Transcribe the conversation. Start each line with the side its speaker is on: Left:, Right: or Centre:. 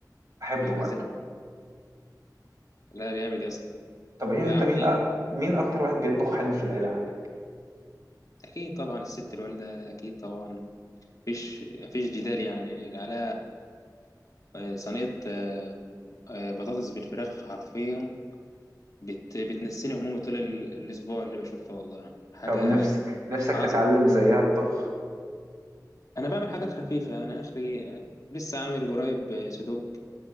Right: أحبه
Left: يا مزاج
Right: بقى
Left: لا جامد يا اسطى
Right: طب إيه
Left: يا
Right: أنت
Left: عم
Right: مين أ- مين أكتر واحد بيطبخ حلو في العيلة عندك؟
Left: اكيد طبعا الست الوالده اكيد طبعا مفيش مفيش جدال يعني على صينيه آه، آه، بطاطس بالفراخ حرفيا بت... بتنسيني همومي طول ال- الاسبوع اللي بشوفها والله حاجه
Right: طب نفس نفسك
Left: عظمه
Right: تتعلم زيها الطبخ؟
Left: انا بعمل حاجات خفيفه انا اخري لسه عامل قريب سودوك